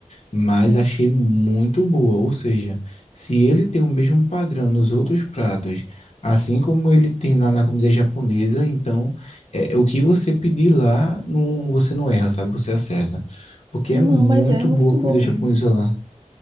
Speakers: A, on the left; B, on the right.
A: mas
B: sim.
A: achei muito boa, ou seja, se ele tem o mesmo padrão nos outros pratos, assim como ele tem lá na comida japonesa, então é, o que você pedir lá, não, você não erra, sabe? Você acerta, porque é
B: Não,
A: muito
B: mas é muito
A: boa a comida
B: boa mesmo.
A: japonesa lá.